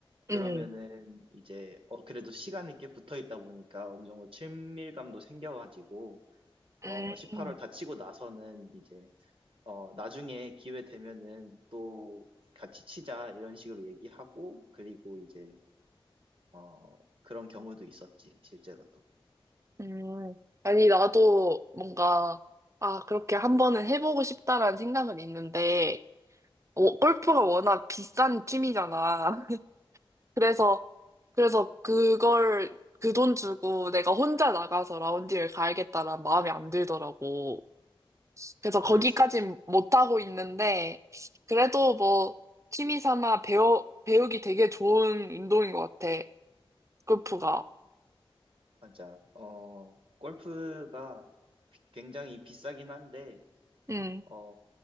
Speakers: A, on the right; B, on the right.
A: 그러면은
B: 음,
A: 이제 어, 그래도 시간이 꽤 붙어 있다 보니까 어느 정도 친밀감도 생겨가지고 어,
B: 음,
A: 18홀 다 치고 나서는 이제 어, 나중에 기회 되면은 또 같이 치자 이런 식으로 얘기하고 그리고 이제 어, 그런 경우도 있었지, 실제로도.
B: 음. 아니, 나도 뭔가, 아, 그렇게 한 번은 해보고 싶다라는 생각은 있는데, 어, 골프가 워낙 비싼 취미잖아. 그래서, 그래서 그걸, 그 돈 주고 내가 혼자 나가서 라운딩을 가야겠다라는 마음이 안 들더라고. 그래서 거기까진
A: 그럴 수 있지.
B: 못하고 있는데, 그래도 뭐, 취미 삼아 배우, 배우기 되게 좋은 운동인 것 같아. 골프가.
A: 맞아. 어, 골프가 비- 굉장히 비싸긴 한데,
B: 음,
A: 어,